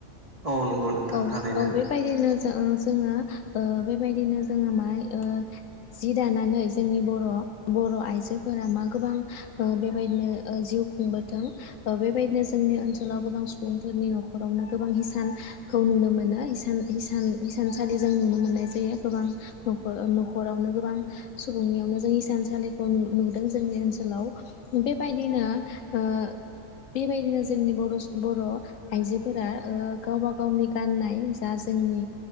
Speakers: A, on the right; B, on the left.
A: औ नंगौ नोंथां
B: औ
A: थारैनो
B: औ बेबायदिनो ओ जोङो ओ बेबायदिनो जोङो माइ ओ जि दानानै जोंनि बर' बर' आइजोफोरा मा गोबां ओ बेबायदिनो ओ जिउ खुंबोदों ओ बेबायदिनो जोंनि ओनसोलाव गोबां सुबुंफोर फोरनि न'खरावनो गोबां हिसानखौ नुनो मोनो हिसान हिसान हिसानसालि जों नुनो मोननाय जायो। बे गोबां नख'रावनो गोबां सुबुंनियावनो जों हिसान सानसालि खौ नु नुदों जोंनि ओनसोलाव बेबायदिनो ओ बेबायदिनो जोंनि बर'सु बर' आइजोफोरा ओ गावबा गावनि गाननाय जा जोंनि